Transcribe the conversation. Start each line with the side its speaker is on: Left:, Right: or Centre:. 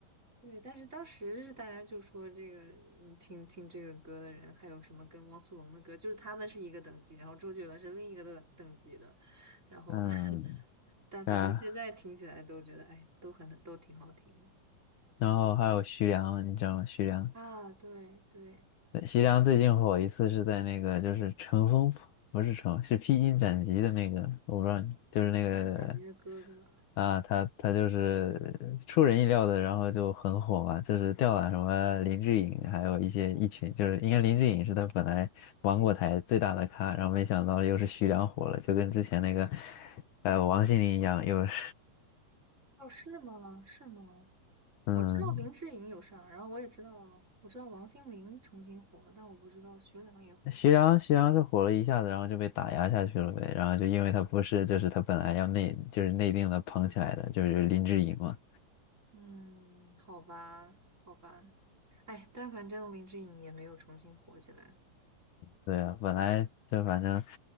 Right: 对，但是当时是大家就说这个，嗯，听听这个歌的人，还有什么跟汪苏泷的歌，就是他们是一个等级，然后周杰伦是另一个等等级的，然后，
Left: 嗯，
Right: <laughs> 但反正现在听起来都觉得，
Left: 对啊，
Right: 哎，都很都挺好听
Left: 然后还有徐良，你知道吗？徐良。
Right: 的啊，对对，
Left: 对徐良最近火一次是在那个就是乘风破不是乘是披荆斩棘的那个，我不知道你就是那个
Right: 披荆斩棘的哥哥，
Left: 啊，他他就是出人意料的，然后就很火嘛，就是吊打什么林志颖，还有一些一群，就是应该林志颖是他本来芒果台最大的咖，然后没想到又是徐良火了，就跟之前那个呃王心凌一样，又是
Right: 哦，是吗？是吗？
Left: 嗯
Right: 我知道林志颖有上，然后我也知道，我知道王心凌重新火了，但我不知道薛良也火了。
Left: 徐良，徐良是火了一下子，然后就被打压下去了呗。然后就因为他不是，就是他本来要内，就是内定的捧起来的，就是林志颖嘛。
Right: 嗯，好吧，好吧，哎，但反正林志颖也没有重新火起来。
Left: 对啊，本来就反正，